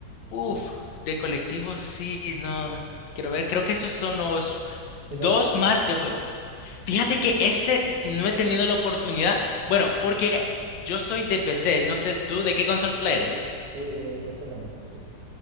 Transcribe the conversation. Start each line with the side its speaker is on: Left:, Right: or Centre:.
Left: Uf, de colectivo sí, no. Quiero ver, creo que esos son los
Right: GTA
Left: dos
Right: V.
Left: más que juego. Fíjate que ese no he tenido la oportunidad. Bueno, porque yo soy de PC, no sé tú de qué consola
Right: Ah,
Left: eres.
Right: sí, eh, PC también, sí.